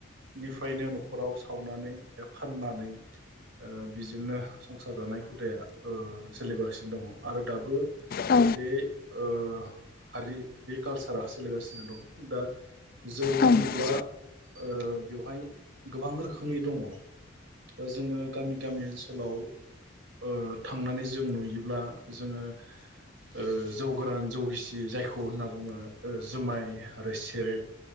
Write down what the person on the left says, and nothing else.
औ
औ
उम